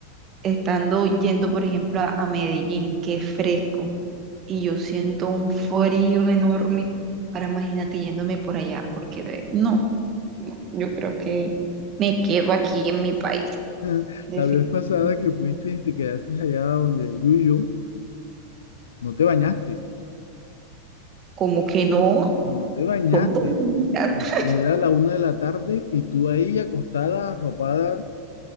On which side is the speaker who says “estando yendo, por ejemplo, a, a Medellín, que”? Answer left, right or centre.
Right